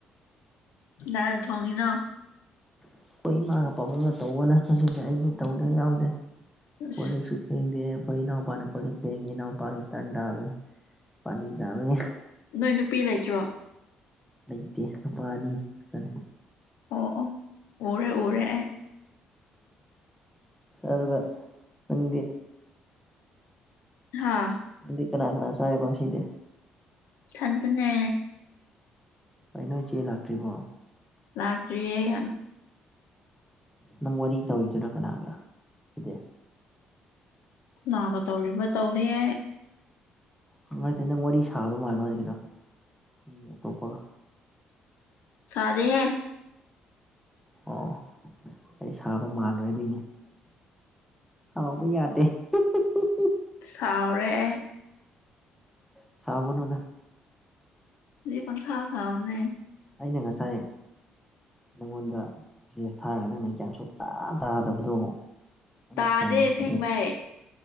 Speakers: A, on the left; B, in the centre.
A: ꯀꯅꯥ ꯊꯣꯛꯢꯅꯣ
B: ꯑꯩꯈꯣꯏ ꯏꯃꯥꯒ ꯄꯥꯕꯨꯡꯒ ꯇꯧꯕꯅ ꯃꯁꯤꯗꯤ ꯑꯩꯗꯤ ꯇꯧꯗꯕ ꯌꯥꯎꯗꯦ
A: ꯑꯁ
B: ꯀꯣ ꯂꯤꯛꯁꯨ ꯐꯦꯡꯗꯦ ꯑꯩꯣꯏ ꯏꯅꯥꯎ ꯄꯅꯦ ꯈꯣꯣꯏ ꯐꯦꯡꯉꯦ ꯏꯅꯥꯎ ꯄ ꯇꯟꯗꯥꯋꯦ ꯄꯂꯤꯗꯕꯒꯦ
A: ꯅꯣꯏ ꯅꯨꯄꯤ ꯂꯩꯇ꯭ꯔꯣ
B: ꯂꯩꯇꯦ ꯅꯨꯨꯄꯥ ꯑꯅꯤ ꯉꯥꯛꯛꯇꯅꯦ
A: ꯑꯣ ꯑꯣ ꯎꯔꯦ ꯑꯣꯔꯦ ꯑꯦ
B: ꯑꯗꯨꯒꯕ ꯅꯪꯦ
A: ꯍꯥꯥ
B: ꯎꯗꯤ ꯀꯅꯥ ꯀꯅꯥ ꯆꯔꯦ ꯄꯥꯎꯁꯤꯅꯦꯦ
A: ꯈꯇꯅꯦ
B: ꯑꯩ ꯅꯣꯏ ꯏꯆꯦ ꯂꯥꯛꯇ꯭ꯔꯤꯕꯣ
A: ꯂꯥꯛꯇ꯭ꯔꯤꯌꯦꯦ ꯌꯥꯝ
B: ꯅꯪ ꯋꯥꯔꯤ ꯇꯧꯔꯤꯗꯨꯣꯏꯅꯣ ꯀꯅꯥꯒ ꯁꯤꯗꯤ
A: ꯅꯥꯒ ꯇꯧꯔꯤꯕ ꯇꯧꯗꯦ ꯌꯥꯏ
B: ꯅꯨꯡꯉꯥꯏꯇꯦ ꯅꯪ ꯋꯥꯔꯤ ꯁꯥꯕ ꯃꯥꯜꯂꯣ ꯍꯧꯖꯤꯗꯣ ꯃꯤ ꯑꯇꯣꯞꯄꯒ
A: ꯁꯥꯗꯦꯦ
B: ꯑꯣ ꯑꯩ ꯁꯥꯕ ꯃꯥꯜꯂꯨꯔꯗꯣꯏꯅꯦ ꯁꯥꯎꯕ ꯌꯥꯗꯦ ꯄꯨ
A: ꯆꯥꯎꯥꯎꯔꯦꯦ
B: ꯁꯥꯕꯅꯗ
A: ꯑꯗꯨ ꯄ ꯁꯥꯥ ꯁꯥꯕꯅꯦ
B: ꯑꯩꯅ ꯉꯁꯥꯏ ꯅꯪꯉꯣꯟꯗ ꯕꯤꯖꯤꯅꯦꯁ ꯊꯥꯔꯒ ꯅꯪꯅ ꯀ꯭ꯌꯥ ꯁꯣꯛ ꯇꯥ ꯇꯥꯗꯕꯗꯣ ꯑꯩꯅ
A: ꯇꯥꯗꯦ
B: ꯁꯥꯎꯅꯤꯡꯕꯗꯣ
A: ꯑꯁꯦꯡꯕꯩ